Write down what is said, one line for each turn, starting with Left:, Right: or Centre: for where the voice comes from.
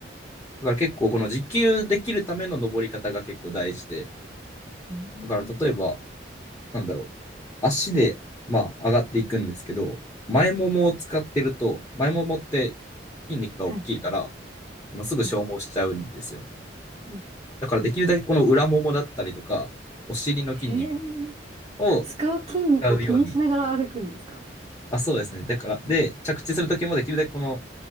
Left: だから結構この持久できるための登り方が結構大事で、
Right: ー
Left: だから例えば、なんだろう、足で、まあ、上がっていくんですけど、前ももを使ってると、前ももって筋肉が大きいから、
Right: はい。
Left: まあ、すぐ消耗しちゃうんですよ。
Right: うんうん
Left: だからできるだけこの裏ももだったりとか、お尻の筋肉とか
Right: へえ。
Left: を
Right: 使う筋肉を気にしながら歩くんですか
Left: 使うように。あ、そうですね。だから、で、着地するときもできるだけこの